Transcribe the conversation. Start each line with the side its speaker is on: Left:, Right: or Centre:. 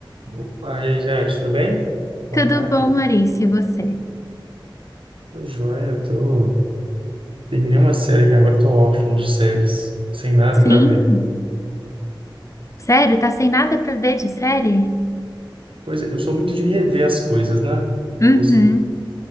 Right: Opa, e aí, Jade, tudo bem? Boa
Left: Tudo
Right: tarde.
Left: bom, Maurício, e você?
Right: Tô joia, eu tô... Terminei uma série que agora eu tô órfão de séries, sem nada
Left: Sim.
Right: pra ver.
Left: Sério, tá sem nada pra ver de série?
Right: Pois é, eu sou muito de rever as coisas, né? Eu
Left: Uhum.
Right: gosto-